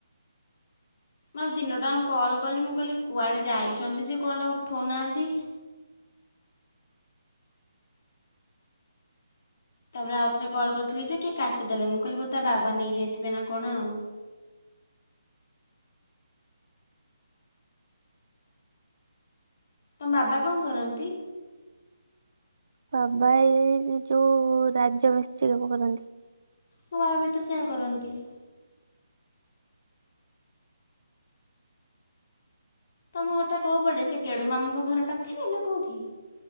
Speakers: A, on the left; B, on the right.
A: ମୁ ଆ ଦିନଟାଙ୍କ କଲ୍ କଲି ମୁଁ କହିଲି କୁଆଡ଼େ ଯାଇଛନ୍ତି ସେ କଲ୍ ଟା ଉଠାଉନାହାଁନ୍ତି। ତାପରେ ଆଉ ଥରେ କଲ୍ କରିଥିଲି ଯେ କିଏ କାଟିଦେଲେ ମୁଁ କହିଲି ତା ବାବା ନେଇଯାଇଥିବେ ନା କଣ ଆଉ। ତମ ବାବା କଣ କରନ୍ତି?
B: ବାବା ଏଇ ଯୋଉ ରାଜ ମିସ୍ତ୍ରୀ କାମ କରନ୍ତି।
A: ମୋ ବାବା ବି ତ ସେୟା କରନ୍ତି। ତୁମ ଘରଟା କୋଉ ପଟେ ସେ ଗେଡ଼ୁ ମାମୁଙ୍କ ଘର ପାଖରେ ନା କୋଉଠି?